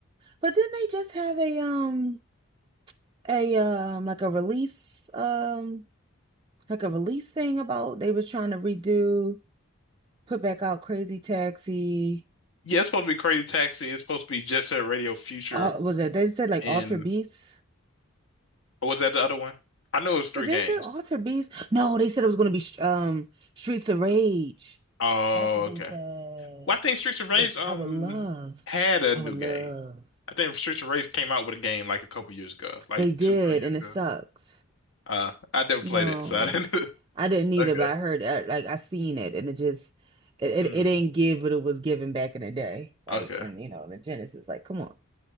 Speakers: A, on the right; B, on the left.
A: but then they just have a um, a um, like a release um, like a release thing about they was trying to redo, put back out Crazy Taxi.
B: Yeah, it's supposed to be Crazy Taxi. It's supposed to be Jet Set Radio Future,
A: All was it? They said like
B: and
A: Alter beats.
B: or was that the other one? I know it was three
A: Did they
B: games.
A: say Alter Beast? No, they said it was going to be sh- um Streets of Rage.
B: Oh,
A: That's what they
B: okay.
A: said,
B: Well, I think Streets of Rage
A: which
B: um
A: I would love.
B: had a
A: I
B: new
A: would love.
B: game. I think Streets of Rage came out with a game like a couple years ago, like
A: They did,
B: two, three years
A: and
B: ago.
A: it sucks.
B: Uh, I never
A: No,
B: played it, so I didn't. <laughs>
A: I didn't either,
B: Okay.
A: but I heard uh, like I seen it, and it just it,
B: Mm,
A: it it ain't give what it was given back in the day. Like,
B: okay.
A: and you know, the Genesis, like, come on,